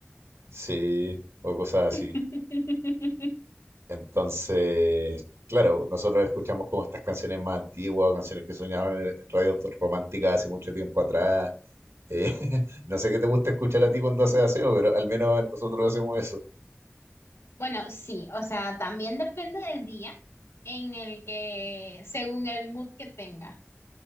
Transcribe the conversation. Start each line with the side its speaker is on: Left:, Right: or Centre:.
Right: sí, o cosas así.
Left: <laughs>
Right: Entonces, claro, nosotros escuchamos como estas canciones más antiguas, o canciones que soñaban en, en radios románticas hace mucho tiempo atrás. Eh, <laughs> no sé qué te gusta escuchar a ti cuando haces aseo, pero al menos nosotros hacemos eso.
Left: Bueno, sí, o sea, también depende del día en el que, según el mood que tenga.